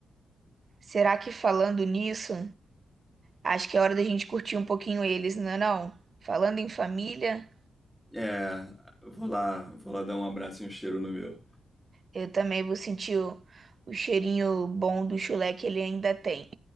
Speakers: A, on the right; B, in the centre.
A: Será que falando nisso, acho que é hora da gente curtir um pouquinho eles, não é não? Falando em família,
B: É, vou lá, vou lá dar um abraço e um cheiro no meu.
A: eu também vou sentir o, o cheirinho bom do chulé que ele ainda tem.